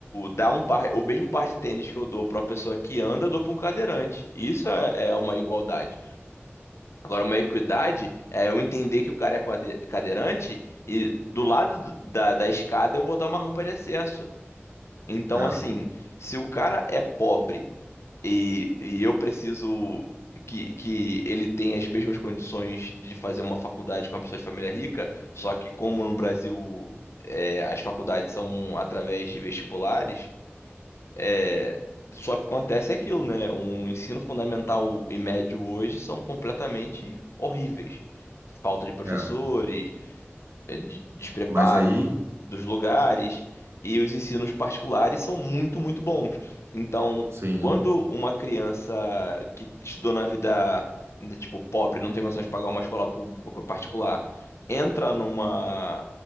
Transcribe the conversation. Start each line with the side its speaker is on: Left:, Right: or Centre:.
Left: dar um par, o mesmo par de tênis que eu dou para uma pessoa que anda, eu dou para um cadeirante. Isso é, é uma igualdade. Agora, uma equidade é eu entender que o cara é quade- cadeirante e do lado do- da, da escada eu botar uma rampa de acesso. Então,
Right: é,
Left: assim, se o cara é pobre e, e eu preciso que, que ele tenha as mesmas condições de fazer uma faculdade com uma pessoa de família rica, só que como no Brasil é, as faculdades são através de vestibulares, é, só que acontece aquilo, né? O ensino fundamental e médio hoje são completamente horríveis. Falta de professores,
Right: é. É.
Left: eh, de- despreparo
Right: Mas aí
Left: dos lugares e os ensinos particulares são muito, muito bons. Então,
Right: Sim,
Left: quando uma criança que estudou na vida, né, tipo, pobre, não tem condições de pagar uma escola pública particular, entra numa,